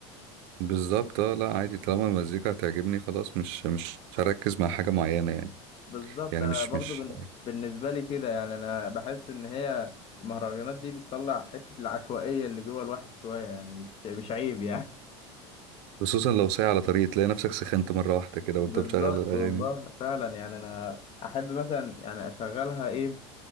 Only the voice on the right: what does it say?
بالظبط، اه لا عادي طالما المزيكا هتعجبني خلاص مش مش هركز مع حاجة معينة يعني
يعني
مش
مش
خصوصا لو سايق على طريق تلاقي نفسك سخنت مرة واحدة كده وانت
بتشغل الأغاني
دي.